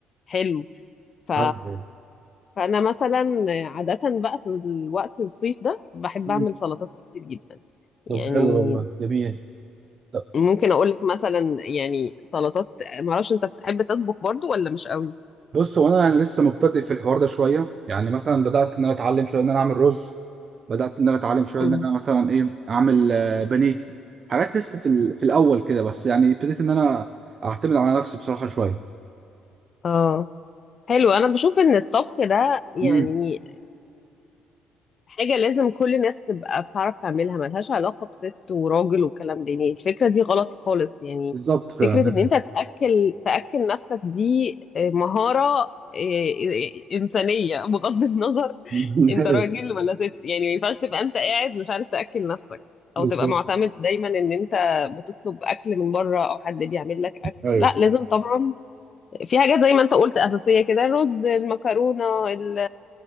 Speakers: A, on the left (about 45°); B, on the right (about 45°).
A: حلو ف...
B: ايوه
A: فأنا مثلا عادة بقى في الوقت الصيف ده بحب
B: مم.
A: أعمل سلطات كتير جدا يعني
B: طب حلو والله جميل طب
A: ممكن أقول لك مثلا يعني سلطات معرفش أنت بتحب تطبخ برضو ولا مش قوي؟
B: بص هو انا يعني لسه مبتدئ في الحوار ده شويه يعني مثلا بدات ان انا اتعلم شويه ان انا اعمل رز بدات ان انا اتعلم شويه
A: مم.
B: ان انا مثلا ايه اعمل آه، بانيه حاجات لسه في ال... في الاول كده بس يعني ابتديت ان انا اعتمد على نفسي بصراحه شويه
A: اه حلو أنا بشوف إن الطبخ ده يعني
B: امم
A: حاجة لازم كل الناس تبقى بتعرف تعملها ملهاش علاقة بست وراجل والكلام ده يعني الفكرة دي غلط خالص يعني
B: بالظبط فعلا
A: فكرة ان انت تأكل تأكل نفسك دي آه، مهارة آه، آه، إنسانية بغض النظر
B: <laughs>
A: <laughs> انت
B: ايوه
A: راجل ولا ست يعني ما ينفعش تبقى انت قاعد مش عارف تأكل نفسك
B: بالظبط
A: او تبقى معتمد دايما ان انت بتطلب اكل من بره او حد بيعمل لك اكل
B: ايوه
A: لا لازم طبعا في حاجات زي ما انت قلت اساسيه كده الرز المكرونه ال-